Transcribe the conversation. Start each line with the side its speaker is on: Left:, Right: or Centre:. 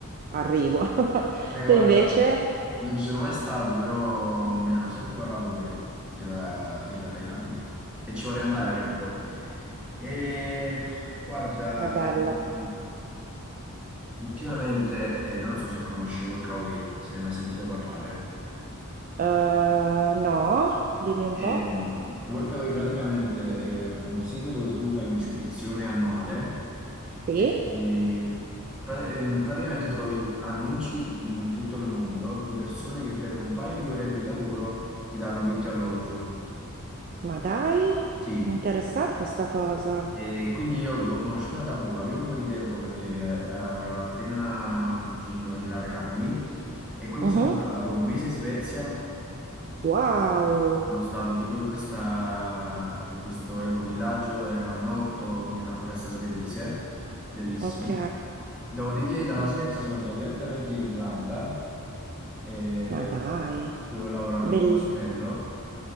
Right: arrivo. <laughs>
Centre: Eh,
Right: Tu
Centre: guarda,
Right: invece?
Centre: Non ci sono mai stato, però mi hanno sempre parlato bene della, della Thailandia e ci vorrei andare
Right: Beh,
Centre: prima o poi. E guarda,
Right: è bella.
Centre: mh, ultimamente eh, non so se conosci Workaway, se ne hai mai sentito parlare.
Right: Eh, no, dimmi un
Centre: Ehm,
Right: po'.
Centre: Workaway praticamente è un sito dove tu fai un'iscrizione annuale
Right: Sì?
Centre: e, e pra- ehm, praticamente trovi annunci mm, in tutto il mondo di persone che per un paio di ore di lavoro ti danno vitto e alloggio.
Right: Ma dai,
Centre: Sì,
Right: interessante sta cosa.
Centre: e quindi io l'ho conosciuta da poco, avevo un po' di tempo perché eh, avevo appena mm, finito di laurearmi e quindi
Right: Mhm.
Centre: sono andato un mese in Svezia
Right: Wow,
Centre: Sono stato tipo in questa, in questo ecovillaggio, eravamo in otto nella foresta svedese, bellissimo.
Right: ok.
Centre: Dopodiché dalla
Right: Mm,
Centre: Svezia sono andato direttamente in Irlanda, eh,
Right: Ma dai,
Centre: dove ho lavorato
Right: Bell-
Centre: in un ostello.